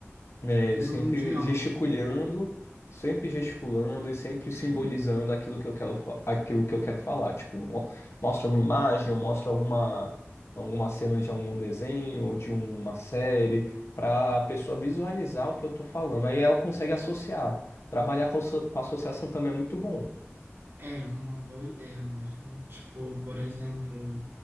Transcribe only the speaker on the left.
É, sempre
gesticulando, sempre gesticulando e sempre simbolizando aquilo que eu quero, fa- aquilo que eu quero falar. Tipo, mo- mostra uma imagem, eu mostro alguma, alguma cena de algum desenho ou de uma série, para a pessoa visualizar o que eu estou falando. Aí ela consegue associar. Trabalhar com, asso- com associação também é muito bom.